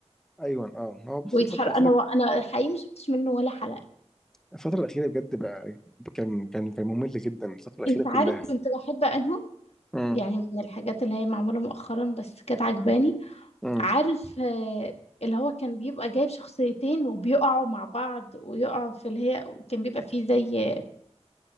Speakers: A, in the centre; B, on the left.
A: ايوه اه ما هو بص
B: ويتحرك
A: الفترة الأخيرة
B: انا انا حقيقي ما شفتش منه ولا حلقة
A: الفترة الأخيرة بجد بقى كان كان كان ممل جدا الفترة الأخيرة
B: انت
A: كلها
B: عارف كنت بحب انهم
A: امم
B: يعني من الحاجات اللي هي معمولة مؤخرا بس كانت عجباني
A: امم
B: عارف آه، اللي هو كان بيبقى جايب شخصيتين وبيقعوا مع بعض ويقعوا في اللي هي كان بيبقى فيه زي